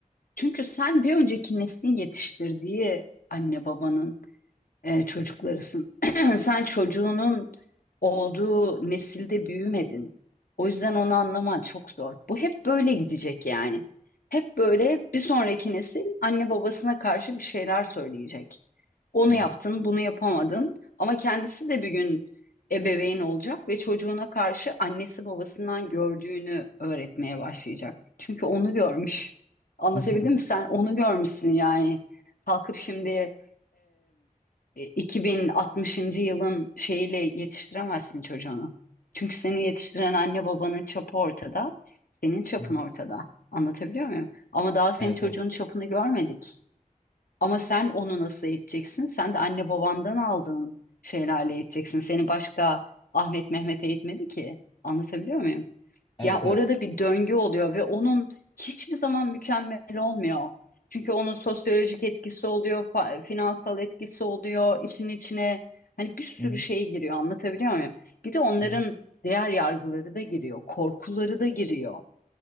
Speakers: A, on the left; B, on the left.
A: Çünkü sen bir önceki neslin yetiştirdiği anne babanın e, çocuklarısın. <clears throat> Sen çocuğunun olduğu nesilde büyümedin. O yüzden onu anlaman çok zor. Bu hep böyle gidecek yani. Hep böyle bir sonraki nesil anne babasına karşı bir şeyler söyleyecek. Onu
B: Hı
A: yaptın,
B: hı.
A: bunu yapamadın. Ama kendisi de bir gün ebeveyn olacak ve çocuğuna karşı annesi babasından gördüğünü öğretmeye başlayacak. Çünkü onu görmüş. Anlatabildim
B: Hı hı.
A: mi?
B: <laughs>
A: Sen onu görmüşsün yani. Kalkıp şimdi e, 2060. yılın şeyiyle yetiştiremezsin çocuğunu. Çünkü seni yetiştiren anne babanın çapı ortada, senin çapın
B: Hı hı.
A: ortada. Anlatabiliyor muyum? Ama daha senin
B: Evet
A: çocuğun
B: evet.
A: çapını görmedik. Ama sen onu nasıl eğiteceksin? Sen de anne babandan aldığın şeylerle eğiteceksin. Seni başka Ahmet Mehmet eğitmedi ki. Anlatabiliyor muyum?
B: Evet
A: Ya orada
B: evet.
A: bir döngü oluyor ve onun hiçbir zaman mükemmel olmuyor. Çünkü onun sosyolojik etkisi oluyor, fa- finansal etkisi oluyor, işin içine hani bir sürü
B: Hı hı.
A: şey giriyor anlatabiliyor muyum? Bir de onların
B: Hı hı.
A: değer yargıları da giriyor, korkuları da giriyor